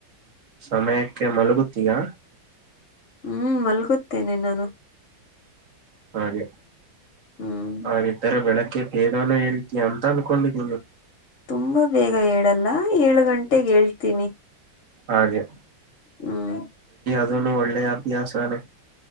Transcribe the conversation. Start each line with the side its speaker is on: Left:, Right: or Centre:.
Right: ಸಮಯಕ್ಕೆ ಮಲಗುತ್ತೀಯಾ
Left: ಹ್ಮ್ ಮಲ್ಗುತ್ತೇನೆ ನಾನು
Right: ಹಾಗೆ
Left: ಹ್ಮ್
Right: ಹಾಗೆ ತರ ಬೆಳಕಗೆ ತೇದೋನ ಹೇಳ್ತಯ ತಾನುಕೊಳ್ಳ
Left: ತುಂಬಾ ಬೇಗ ಹೇಳಲ್ಲ ಏಳು ಗಂಟೆೆಗೆ ಹೇಳ್ತೀನಿ
Right: ಹಾಗೆ
Left: ಹ್ಮ್
Right: ಇದು ಒಳ್ಳೆಯ ಅಬ್ಯಾಸನೆ.